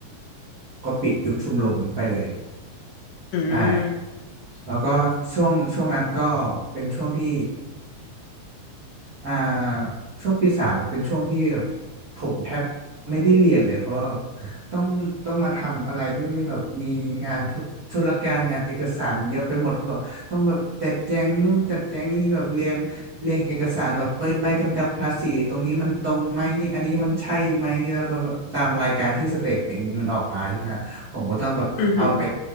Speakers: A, on the right (about 85°); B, on the left (about 80°).
A: ก็ปิดยุบชมรมไปเลย
B: อืม
A: ใช่แล้วก็ช่วงช่วงนั้นก็เป็นช่วงที่ อ่าช่วงปีสามมันเป็นช่วงที่ผมแทบไม่ได้เรียนเลยเพราะว่าต้องต้องมาทำอะไรนู่นนี่แบบมีงานธุธุรการงานเอกสารเยอะไปหมดเพราะว่าต้องแบบจัดแจงนู่นจัดแจงนี่แบบเรียงเรียงเอกสารแบบใบใบกำกับภาษีตรงนี้มันตรงไหมอันนี้มันใช่ไหมแล้วก็แบบตามรายการที่สเตทเมนต์มันออกมาใช่ไหมผมก็ต้องแบบเอาไป
B: อือหือ